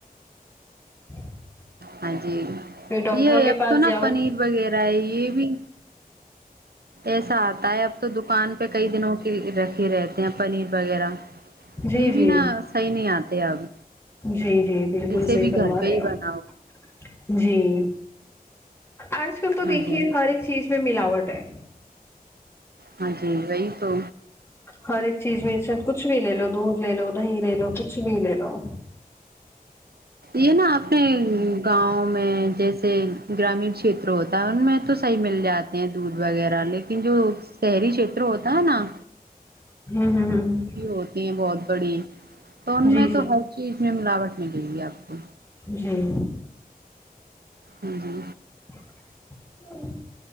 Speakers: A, on the left; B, on the right.
A: <unintelligible>
B: ہاں جی
A: پھر ڈاکٹروں
B: یہ
A: کے
B: اب
A: پاس
B: تو نا
A: جاؤ
B: پنیر وغیرہ ہے یہ بھی ایسا آتا ہے اب تو دکان پہ کئی دنوں کی رکھ ہی رہتے ہیں پنیر وغیرہ
A: جی
B: یہ
A: جی
B: بھی نا صحیح نہیں آتے اب
A: جی جی بالکل
B: اسے
A: صحیح
B: بھی
A: فرما
B: گھر پہ
A: رہے
B: ہی
A: آپ
B: بن
A: جی آج کل تو
B: ہاں
A: دیکھیے
B: جی
A: ہر ایک چیز میں ملاوٹ ہے
B: ہاں جی وہی تو
A: ہر ایک چیز میں سے کچھ بھی لے لو دودھ لے لو دہی لے لو کچھ بھی لے لو
B: یہ نا اپنے گاؤں میں جیسے گرامین چھیتر ہوتا ہے ان میں تو صحیح مل جاتے ہیں دودھ وغیرہ لیکن جو شہری چھیتر ہوتا ہے نا
A: ہوں ہوں ہوں ہ
B: ہوتی ہیں بہت بڑی تو ان
A: جی
B: میں تو
A: جی
B: ہر چیز میں ملاوٹ ملے گی آپ کو
A: جی
B: ہاں جی
A: <unintelligible>